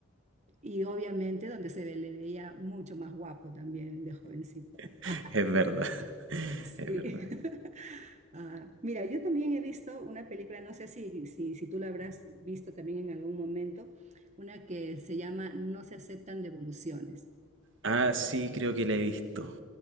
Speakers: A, on the right; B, on the right.
A: Y obviamente donde se ve- le veía mucho más guapo también de jovencito. <laughs>
B: <laughs> Es verdad. <laughs>
A: Sí.
B: Es verdad.
A: <laughs> Ah, mira, yo también he visto una película, no sé si, si, si tú la habrás visto también en algún momento, una que se llama No se aceptan devoluciones.
B: Ah, sí, creo que la he visto.